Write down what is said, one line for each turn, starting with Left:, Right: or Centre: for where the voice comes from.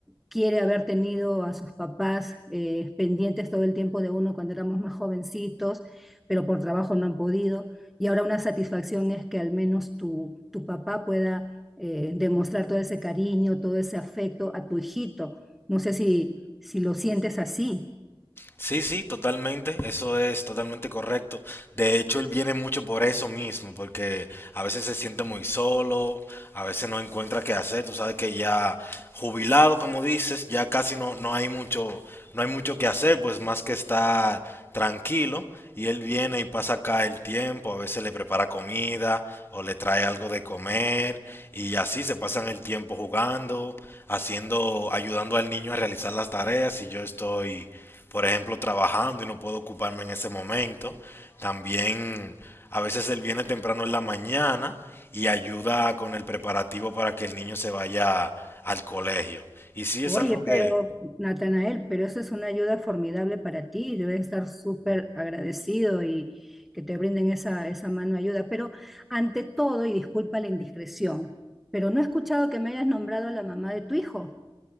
Centre: quiere haber tenido a sus papás eh, pendientes todo el tiempo de uno cuando éramos más jovencitos pero por trabajo no han podido. Y ahora una satisfacción es que al menos tu, tu papá pueda eh, demostrar todo ese cariño, todo ese afecto a tu hijito. No sé si, si lo sientes así.
Left: Sí, sí, totalmente, eso es totalmente correcto. De hecho, él viene mucho por eso mismo, porque a veces se siente muy solo, a veces no encuentra qué hacer, tú sabes que ya jubilado, como dices, ya casi no, no hay mucho, no hay mucho que hacer, pues más que estar tranquilo, y él viene y pasa acá el tiempo, a veces le prepara comida o le trae algo de comer, y así se pasan el tiempo jugando, haciendo, ayudando al niño a realizar las tareas, y yo estoy por ejemplo, trabajando y no puedo ocuparme en ese momento. También a veces él viene temprano en la mañana y ayuda con el preparativo para que el niño se vaya al colegio. Y sí, es
Centre: Oye,
Left: algo
Centre: pero
Left: que
Centre: Natanael, pero eso es una ayuda formidable para ti. Debes estar súper agradecido y que te brinden esa, esa mano de ayuda. Pero ante todo, y disculpa la indiscreción, pero no he escuchado que me hayas nombrado a la mamá de tu hijo.